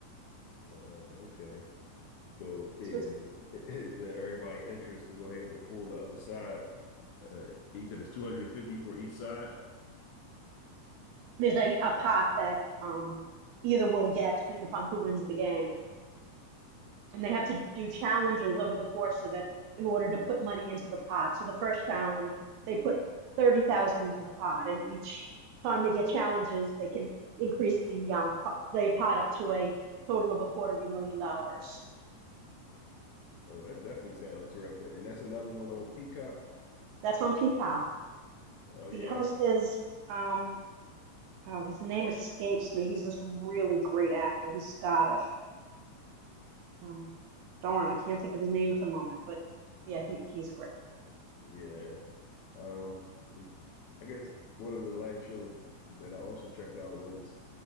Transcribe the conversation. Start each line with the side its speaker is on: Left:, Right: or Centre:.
Left: Oh, okay. So is
Right: So it's,
Left: is there everybody interest to go ahead and fool the other side? Uh, you said it's 250 for each side.
Right: there's a, a pot that um, either will get, depending upon who wins the game, and they have to do challenges over the course of it in order to put money into the pot. So the first challenge, they put 30,000 into the pot, and each time they get challenges, they can increase the um the pot up to a total of a quarter of a million dollars.
Left: Oh, that definitely sounds interesting. And that's another one on Peacock.
Right: That's on Peacock.
Left: Oh yeah,
Right: The host
Left: I'm-
Right: is um oh his name escapes me. He's this really great actor. He's Scottish. Um, darn, I can't think of his name at the moment, but yeah, he, he's great.
Left: yeah. Um, I guess one of the last shows that I also checked out was